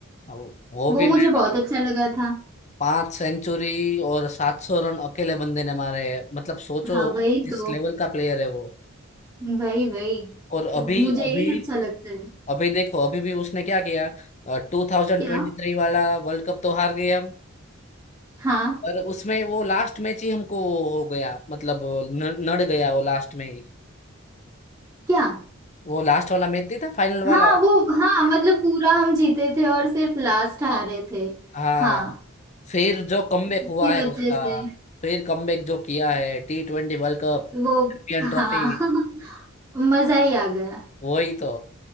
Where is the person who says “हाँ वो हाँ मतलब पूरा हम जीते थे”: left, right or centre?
Right